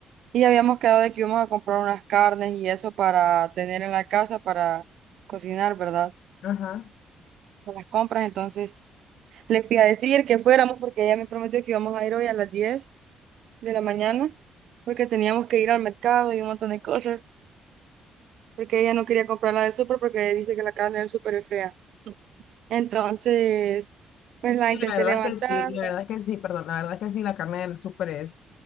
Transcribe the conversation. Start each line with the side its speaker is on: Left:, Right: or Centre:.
Right: Y habíamos quedado de que íbamos a comprar unas carnes y eso para tener en la casa para cocinar, ¿verdad?
Left: Ajá.
Right: Para las compras. Entonces le fui a decir que fuéramos porque ella me prometió que íbamos a ir hoy a las 10 de la mañana porque teníamos que ir al mercado y un montón de cosas porque ella no quería comprar la del súper porque dice que la carne del súper es fea. Entonces, pues la
Left: Y
Right: intenté
Left: la verdad
Right: levantar.
Left: es que sí, la verdad es que sí, perdón, la verdad es que sí, la carne del súper es,